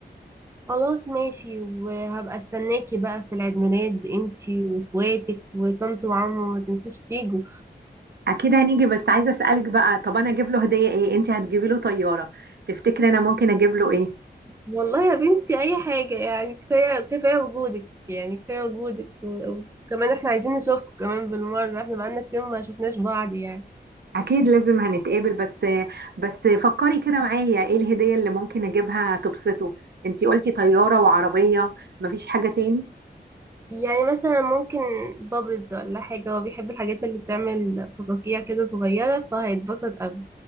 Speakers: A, on the right (about 15°); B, on the right (about 70°).
A: خلاص ماشي وهبقى استناكي بقى في العيد ميلاد انتي واخواتك وطنط وعمو ما تنساش تيجوا
B: اكيد هنيجي بس عايزه اسالك بقى طب انا اجيب له هديه ايه انت هتجيبي له طياره تفتكري انا ممكن اجيب له ايه
A: والله يا بنتي اي حاجة يعني كفاية كفاية وجودك يعني كفاية وجودك و- وكمان احنا عايزين نشوفكم كمان بالمرة احنا بقالنا كتير ما شفناش بعض يعني
B: اكيد لازم هنتقابل بس بس فكري كده معايا ايه الهديه اللي ممكن اجيبها تبسطه انت قلتي طياره وعربيه مفيش حاجه تاني
A: يعني مثلا ممكن بابلز ولا حاجة هو بيحب الحاجات اللي بتعمل فقاقيع كده صغيرة فهيتبسط أوي